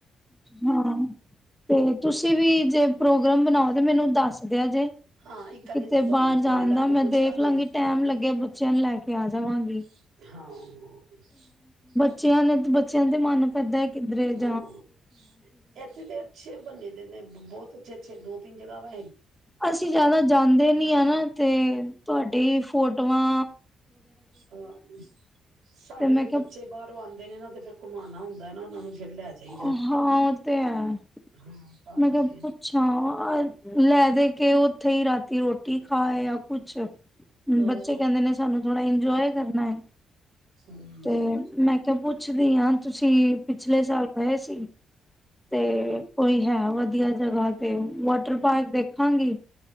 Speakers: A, in the centre; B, on the right.
A: ਹਾਂ, ਤੇ ਤੁਸੀਂ ਵੀ ਜੇ ਪ੍ਰੋਗਰਾਮ ਬਣਾਓ ਤੇ ਮੈਨੂੰ ਦੱਸਦੇਆ ਜੇ
B: ਹਾਂ ਇੱਕ ਵਾਰੀ
A: ਕਿਤੇ
B: ਅਸੀਂ ਤੁਹਾਨੂੰ
A: ਬਾਹਰ ਜਾਣ
B: ਕਾਲ ਕਰਕੇ
A: ਦਾ ਮੈਂ
B: ਪੁੱਛ
A: ਦੇਖ
B: ਲਾਂਗੇ
A: ਲਾਂਗੀ ਟੈਮ ਲੱਗਿਆ ਬੱਚਿਆਂ ਨੂੰ ਲੈ ਕੇ। ਤੇ ਆਜਾਵਾਂ ਗੀ।
B: ਹਾਂ
A: ਬੱਚਿਆਂ ਨੇ ਬੱਚਿਆਂ ਦੇ ਮਨ ਸੱਦਾਰੇ <unintelligible>
B: ਹਾਂ ਇੱਥੇ ਤੇ ਅੱਛੇ ਬੰਨੇ ਦੇ ਨੇ ਬਹੁਤ ਅੱਛ-ਅੱਛ ਦੋ-ਤੀਨ ਜਗਾ ਵੇ।
A: ਅਸੀਂ ਜਿਆਦਾ ਜਾਂਦੇ ਨੀ ਆ ਨਾ ਤੇ ਤੁਹਾਡੀੇ ਫੋਟਆਂ
B: ਹਾਂ ਸਾਡੇ
A: ਤੇ ਮੈਂ
B: ਫਰ
A: ਕਿਹਾ
B: ਬੱਚੇ ਬਾਹਰੋਂ ਆਉਂਦ ਦੇਣਾ ਫਿਰ ਘੁਮਾਨਣਾ ਹੁੰਦਾ ਹੈ ਨਾ ਉਹਨਾਂ ਨੂੰ। ਫਿਰ ਲੈ ਜਾਈਦਾ
A: ਹਾਂ ਉਹ ਤੇ ਹੈ।
B: ਹਾਂ ਤਾਂ
A: ਮੈਂ
B: ਕਰਕੇ
A: ਕਿਹਾ ਪੁੱਛਾ ਲੈ ਦੇ ਕੇ ਉੱਥੇ ਹੀ ਰਾਤੀ ਰੋਟੀ ਖਾਏ ਜਾਂ ਕੁਛ ਹੁਣ
B: ਹਾਂ
A: ਬੱਚੇ ਕਹਿੰਦੇ ਨੇ ਸਾਨੂੰ ਥੋੜਾ ਇੰਜੋਏ ਕਰਨਾ ਹੈ।
B: ਹਮ
A: ਤੇ ਮੈਂ ਕਿਹਾ ਬ ਪੁੱਛਦੀ ਹਾਂ ਤੁਸੀਂ ਪਿਛਲੇ ਸਾਲ ਗਏ ਸੀ ਸੀ। ਤੇ ਕੋਈ ਹੈ। ਵਧੀਆ ਜਗ੍ਹਾ ਹੋਏ ਤੇ ਵਾਟਰ ਪਾਰਕ ਦੇਖਾਂਗੀ